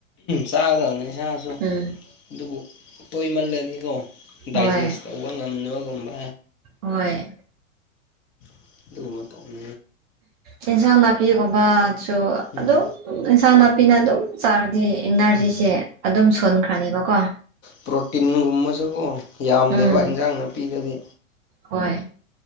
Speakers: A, on the left; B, on the right.
A: ꯆꯥꯒꯗꯕꯅꯤ ꯏꯁꯥꯁꯨ
B: ꯎꯝ
A: ꯑꯗꯨꯕꯨ ꯇꯣꯏꯃꯜꯂꯗꯤ ꯗꯥꯏꯖꯦꯁ
B: ꯍꯣꯏ
A: ꯇꯧꯕ ꯉꯝꯅꯕꯒꯨꯝꯕ
B: ꯍꯣꯏ
A: <unintelligible>
B: ꯑꯦꯟꯁꯥꯡ ꯅꯥꯄꯤꯒꯨꯝꯕꯥꯁꯨ
A: ꯎꯝ
B: ꯑꯗꯨꯝ ꯑꯦꯟꯁꯥꯡ ꯅꯥꯄꯤꯅ ꯑꯗꯨꯝ ꯆꯔꯗꯤ ꯏꯅꯔꯖꯤꯁꯦ
A: ꯎꯝ
B: ꯑꯗꯨꯝ ꯁꯣꯟꯈ꯭ꯔꯅꯤꯕꯀꯣ꯫
A: ꯄ꯭ꯔꯣꯇꯤꯟꯒꯨꯝꯕꯁꯨ ꯌꯥꯝꯗꯦꯕ
B: ꯎꯝ
A: ꯏꯟꯖꯥꯡ ꯅꯥꯄꯤꯗꯗꯤ꯫
B: ꯍꯣꯏ